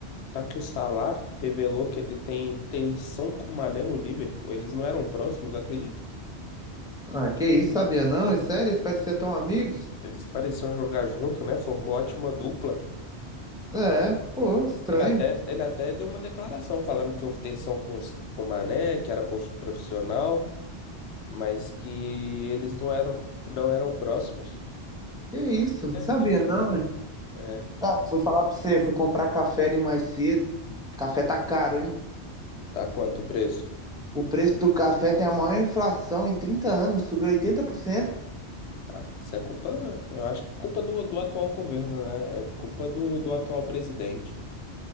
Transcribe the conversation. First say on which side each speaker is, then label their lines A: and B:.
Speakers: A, on the left; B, in the centre.
A: tá que o Salah revelou que ele tem tensão com o Mané no Liverpool. Eles não eram próximos, acredita?
B: Ah, que isso, sabia não? É sério, eles pareciam tão amigos?
A: Eles pareciam jogar junto, né? Formou ótima dupla.
B: É, pô, estranho.
A: Ele até, ele até deu uma declaração falando que houve tensão com, os- com o Mané, que era prof- profissional, mas que eles não eram, não eram próximos.
B: Que isso,
A: Deve
B: sabia
A: ter briga.
B: não. hein?
A: É.
B: Ah, fui falar pra você, fui comprar café ali mais cedo. Café tá caro, hein?
A: Tá quanto o preço?
B: O preço do café tem a maior inflação em 30 anos, subiu 80%.
A: Ah, isso é culpa, eu acho que é culpa do, do atual governo, né? É culpa do, do atual presidente.